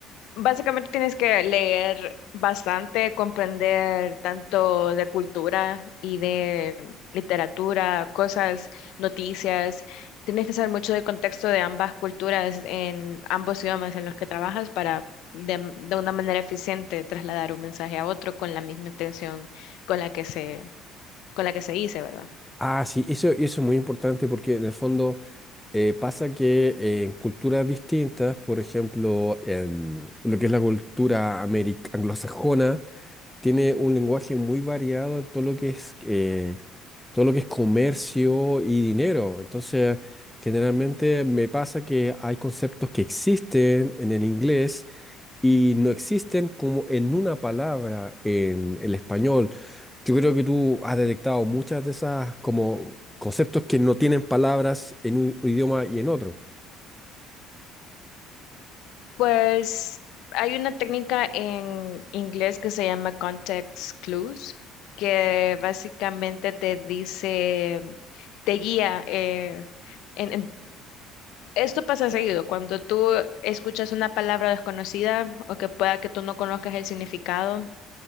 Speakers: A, on the left; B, in the centre.
A: Básicamente tienes que leer bastante, comprender tanto de cultura y de literatura, cosas, noticias. Tienes que saber mucho del contexto de ambas culturas en ambos idiomas en los que trabajas para de, de una manera eficiente trasladar un mensaje a otro con la misma intención con la que se, con la que se dice, ¿verdad?
B: Ah, sí, eso, y eso es muy importante porque en el fondo eh, pasa que eh, en culturas distintas, por ejemplo, en lo que es la cultura ameri- anglosajona, tiene un lenguaje muy variado en todo lo que es eh, todo lo que es comercio y dinero. Entonces, generalmente me pasa que hay conceptos que existen en el inglés y no existen como en una palabra en el español. Yo creo que tú has detectado muchas de esas como conceptos que no tienen palabras en un idioma y en otro.
A: Pues hay una técnica en inglés que se llama context clues, que básicamente te dice, te guía. eh, en, en- esto pasa seguido, cuando tú escuchas una palabra desconocida o que pueda que tú no conozcas el significado,